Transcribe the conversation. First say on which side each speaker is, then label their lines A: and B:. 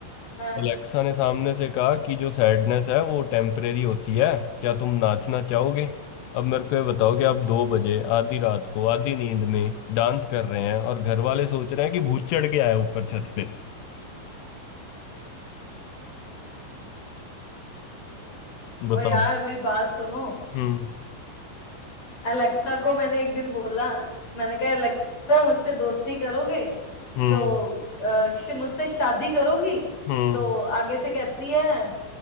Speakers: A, on the left; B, on the left.
A: हाँ
B: एलेक्सा ने सामने से कहा कि जो सैडनेस है वो टेम्परेरी होती है क्या तुम नाचना चाहोगे अब मेरे को ये बताओ कि आप दो बजे आधी रात को आधी नींद में डांस कर रहे हैं और घर वाले सोच रहे हैं कि भूत चढ़ के आया ऊपर छत पे बताओ
A: और यार मेरी बात सुनो
B: हम्म
A: अलेक्सा को मैंने एक दिन बोला मैंने कहा अलेक्सा मुझसे दोस्ती करोगे
B: हम्म
A: तो अ, श- मुझसे शादी करोगी
B: हम्म
A: तो आगे से कहती है